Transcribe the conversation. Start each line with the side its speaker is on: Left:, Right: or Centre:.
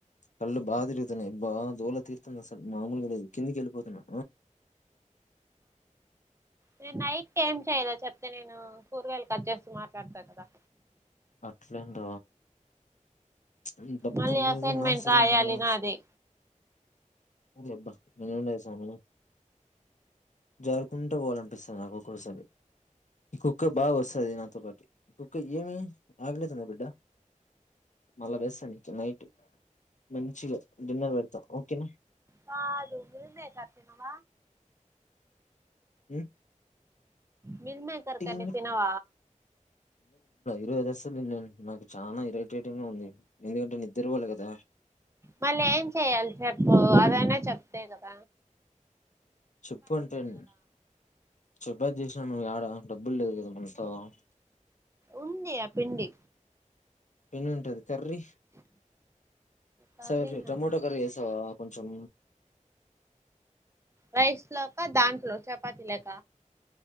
Left: కళ్ళు బాగా తిరుగుతున్నాయి బాగా దోల తీరుతుంది అసలు మామూలుగా లేదు కిందికి వెళ్ళిపోతున్నా
Right: నేను నైట్ ఏం చేయలే చెప్తే నేను కూరగాయలు కట్ చేస్త మాట్లాడతా కదా
Left: అట్లంద హు డబ్బు
Right: మళ్ళీ
Left: లేదు
Right: అసైన్మెంట్
Left: నా సిరం
Right: రాయాలి
Left: లేదు
Right: నాది
Left: ఒ యబ్బ యెనుండాయ సామి జారుకుంట పోవాలనిపిస్తాంది నాకు ఒక్కోసారి ఈ కుక్క బాగ వస్తాది నాతొ పాటి ఈ కుక్క యేమి ఆగలేతుందర బిడ్డ మళ్ళ వేస్త నీక్ నైట్ మంచిగ డిన్నర్ పెడత ఓకె నా
Right: కాదు రూమె కట్టినవ
Left: హమ్
Right: మిల్మేకర్
Left: టింగ్
Right: కర్రీ తినవ
Left: ఈరోజ్ అసల్ నేన్ న నాకు చాన ఇరిటేటింగ్ గా ఉంది ఎందుకంటె నిద్దర పోలె కద
Right: మళ్ళె యేం చేయలి చెప్పు అదైనా చెప్తే కద
Left: చెప్పు అంటెన్ చెప్పె జేసిన్ నువ్ యేడ డబ్బుల్ లేద్ కద <unintelligible>
Right: ఉండి య పిండి
Left: పిన్ను ఉంటది కర్రీ
Right: కర్రీనా
Left: సర్రె టమోట కర్రీ వేస్తవ కొంచెం
Right: రైస్ లోక, దాంట్లొ చపతి లోక,